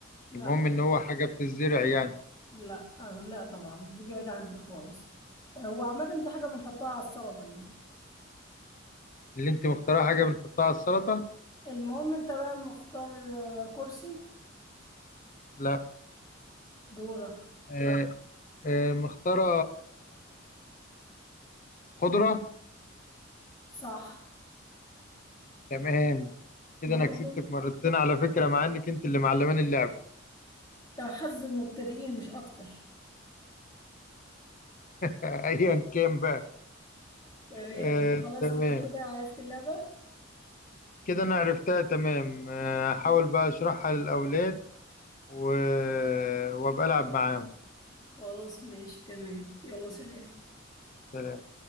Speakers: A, on the left (about 20°); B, on the left (about 40°).
A: لا
B: المهم
A: طبعا
B: ان هو حاجة بتزرع يعني
A: لا آه، لا طبعا دي بعيدة عندي خالص آه، هو عامة دي حاجة بنحطها على السلطة يعني
B: اللي انت مختارها حاجة بنحطها على السلطة
A: المهم انت بقى مختار آه، كرسي
B: لا
A: دورك
B: آه، آه، مختارة خضرة
A: صح
B: تمام كده
A: برضو
B: انا كسبتك مرتين على فكرة مع انك انت اللي معلمان اللعب
A: ده حظ المبتدئين مش اكتر
B: <laughs> ايا كان بقى
A: تمام
B: آه،
A: انت خلاص
B: تمام
A: بقى كده عرفت اللعبة
B: كده انا عرفتها تمام آه، هحاول
A: خلاص
B: بقى اشرحها للاولاد و... وابقى العب معاهم
A: خلاص ماشي تمام يلا سلام
B: سلام